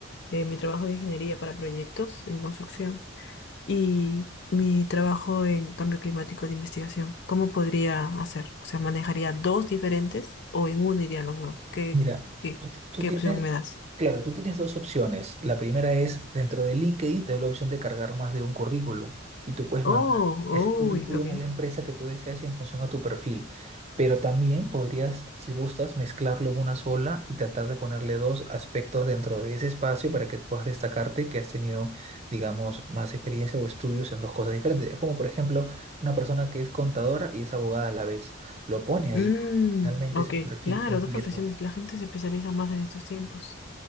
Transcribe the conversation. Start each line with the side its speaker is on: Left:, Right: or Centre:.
Left: eh, mi trabajo de ingeniería para proyectos en construcción y mi trabajo en cambio climático de investigación. ¿Cómo podría hacer? O sea, ¿manejaría dos diferentes o en uno irían los dos? ¿Qué,
Right: Mira,
Left: qué,
Right: tú ti- tú
Left: qué
Right: tienes,
Left: opción me das?
Right: claro, tú tienes dos opciones. La primera es, dentro de LinkedIn te da la opción de cargar más de un currículum y tú puedes
Left: Oh,
Right: mandar ese currículum
Left: uy, ok.
Right: a la empresa que tú deseas en función a tu perfil. Pero también podrías, si gustas, mezclarlo en una sola y tratar de ponerle dos aspectos dentro de ese espacio para que puedas destacarte que has tenido, digamos, más experiencia o estudios en dos cosas diferentes. Es como, por ejemplo, una persona que es contadora y es abogada a la vez. Lo pone
Left: Mm,
Right: ahí, porque finalmente
Left: ok,
Right: es el perfil
Left: claro,
Right: completo.
Left: dos profesiones. La gente se especializa más en estos tiempos.